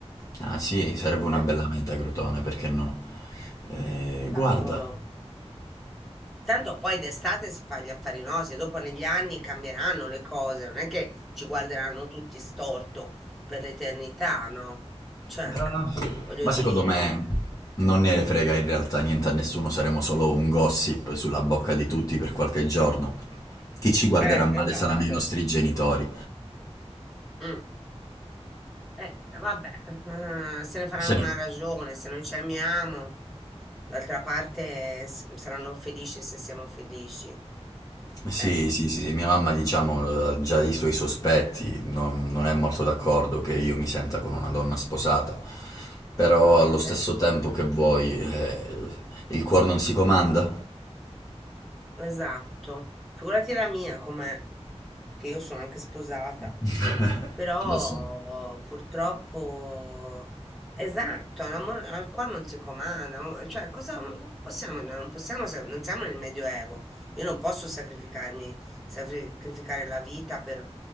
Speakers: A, on the left; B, in the centre.
A: Ah sì, sarebbe una
B: eh,
A: bella meta, Crotone, perché no? Eh,
B: cavolo.
A: guarda,
B: Tanto poi d'estate si fa gli affari nostri, dopo negli anni cambieranno le cose, non è che ci guarderanno tutti storto per l'eternità, no? Cioè,
A: ma
B: voglio
A: ma
B: dire,
A: secondo me non ne frega in realtà niente a nessuno, saremo solo un gossip sulla bocca di tutti per qualche giorno. Chi ci guarderà
B: eh,
A: male
B: esatto.
A: saranno i nostri genitori.
B: Mm. Eh, vabbè, eh, se ne faranno
A: Se ne...
B: una ragione, se noi ci amiamo, d'altra parte eh, s- saranno felici se siamo felici.
A: Sì,
B: Eh,
A: sì, sì, sì, mia mamma diciamo ha già ha i suoi sospetti, non, non è molto d'accordo che io mi senta con una donna sposata, però allo stesso
B: eh,
A: tempo che vuoi, eh, il cuore non si comanda?
B: esatto. Figurati la mia, com'è, che io sono anche sposata.
A: <laughs>
B: Però
A: Lo so,
B: purtroppo, esatto, l'amore al cuore non si comanda, ma- cioè cosa, come possiamo, no, non possiamo, sa- non siamo nel Medioevo, io non posso sacrificarmi, sacrificare la vita per,